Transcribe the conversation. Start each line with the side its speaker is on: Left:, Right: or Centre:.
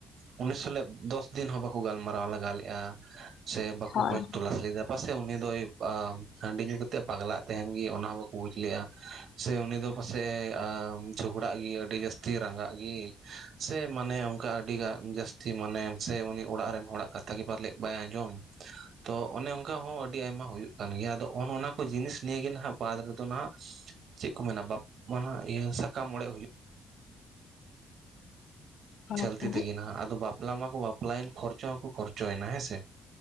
Right: ᱩᱱᱤ ᱥᱟᱞᱮ ᱫᱚᱥ ᱫᱤᱱ ᱦᱚᱸ ᱵᱟᱠᱚ ᱜᱟᱞᱢᱟᱨᱟᱣ ᱞᱟᱜᱟ ᱞᱮᱫᱼᱟ, ᱥᱮ ᱵᱟᱠᱚ
Left: ᱦᱳᱭ
Right: ᱠᱷᱚᱡᱽ ᱛᱚᱞᱟᱥ ᱞᱮᱫᱟ ᱯᱟᱥᱮ ᱩᱱᱤ ᱫᱚᱭ, ᱦᱟᱺᱰᱤ ᱧᱩ ᱠᱟᱛᱮᱫ ᱯᱟᱜᱽᱞᱟᱜ ᱛᱟᱦᱮᱱ ᱜᱮ ᱚᱱᱟ ᱦᱚᱸ ᱵᱟᱠᱚ ᱵᱩᱡᱽᱞᱮᱜᱼᱟ ᱥᱮ ᱩᱱᱤ ᱫᱚ ᱯᱟᱥᱮ ᱡᱷᱚᱜᱽᱲᱟᱜ ᱜᱮ ᱟᱹᱰᱤ ᱡᱟᱹᱥᱛᱤ ᱨᱟᱸᱜᱟᱜ ᱜᱮ ᱥᱮ ᱢᱟᱱᱮ ᱚᱱᱠᱟ ᱟᱹᱰᱤ ᱜᱟ ᱡᱟᱹᱥᱛᱤ, ᱛᱤ ᱢᱟᱱᱮ ᱥᱮ ᱩᱱᱤ ᱚᱲᱟᱜ ᱨᱮᱱ ᱦᱚᱲᱟᱜ ᱠᱟᱛᱷᱟ ᱜᱮ ᱯᱟᱞᱮᱫ ᱵᱟᱭ ᱟᱸᱡᱚᱢ ᱛᱚ ᱚᱱᱮ ᱚᱱᱠᱟ ᱦᱚᱸ ᱟᱹᱰᱤ ᱟᱭᱢᱟ ᱦᱩᱭᱩᱜ ᱠᱟᱱᱟ ᱠᱟᱱ ᱜᱮᱭᱟ ᱟᱫᱚ ᱚᱱᱟ ᱠᱚ ᱡᱤᱱᱤᱥ ᱱᱤᱭᱮ ᱜᱮ ᱱᱟᱦᱟᱜ ᱵᱟᱫᱽ ᱨᱮᱫᱚ ᱦᱟᱱᱟᱜ ᱪᱮᱫ ᱠᱚ ᱢᱮᱱᱟ ᱵᱟᱯ ᱢᱟᱱᱟ ᱤᱭᱟᱹ ᱥᱟᱠᱟᱢ ᱚᱲᱮᱡ ᱦᱩᱭᱩᱜ,
Left: ᱦᱳᱭ
Right: ᱪᱟᱞᱛᱤ
Left: ᱦᱳᱭ
Right: ᱛᱮᱜᱮ ᱱᱟᱟᱜ ᱟᱫᱚ ᱵᱟᱯᱞᱟ ᱢᱟᱠᱚ ᱵᱟᱯᱞᱟᱭᱮᱱ ᱠᱷᱚᱨᱪᱚ ᱦᱚᱸᱠᱚ ᱠᱷᱚᱨᱪᱚᱭᱮᱱᱟ ᱦᱮᱸ ᱥᱮ,